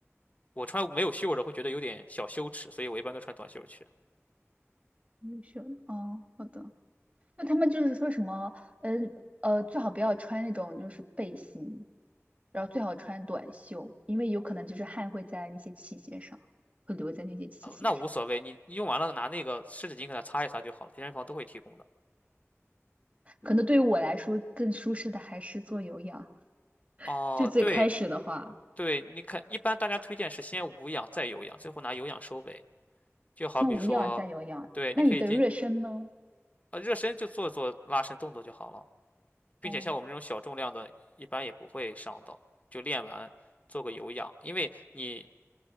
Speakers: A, on the left; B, on the right.
A: 我穿没有袖的会觉得有点小羞耻，所以我一般都穿短袖去。
B: 优秀。哦，好的。那他们就是说什么，嗯呃，最好不要穿那种就是背心，然后最好穿短袖，因为有可能就是汗会在那些器械上，会留在那些器械上。
A: 呃，那无所谓，你你用完了拿那个湿纸巾给它擦一擦就好了，健身房都会提供的。
B: 可能对于我来说更舒适的还是做有氧。
A: 哦，
B: 就最开始的话，
A: 对对，你看，一般大家推荐是先无氧再有氧，最后拿有氧收尾。就好比说，
B: 先无氧再有氧。
A: 对，
B: 那你的热身呢？
A: 你可以进呃热身就做做拉伸动作就好了，并且像我们这种小重量的，
B: 哦，
A: 一般也不会伤到，就练完做个有氧，因为你